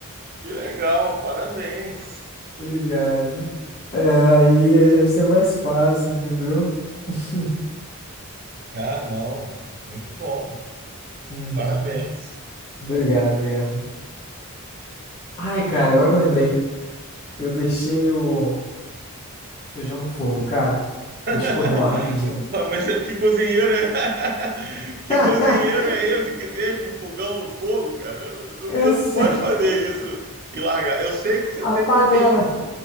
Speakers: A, on the right; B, on the left.
A: Que legal, parabéns.
B: Obrigado. É, aí ia ser mais fácil, entendeu? <laughs>
A: Ah, não, muito bom.
B: Uhum.
A: Parabéns.
B: Obrigado, obrigado. Ai, cara, agora que eu lembrei, eu deixei o feijão no fogo, cara. Deixa
A: <laughs>
B: eu correr lá rapidinho.
A: Ah, Mas que cozinheiro é... <laughs> Que
B: <laughs>
A: cozinheiro é esse que deixa o fogão no fogo, cara? Não-
B: Eu
A: Você não
B: sei,
A: pode fazer isso e largar. Eu sei que você
B: a
A: tem
B: panela.
A: um tempo,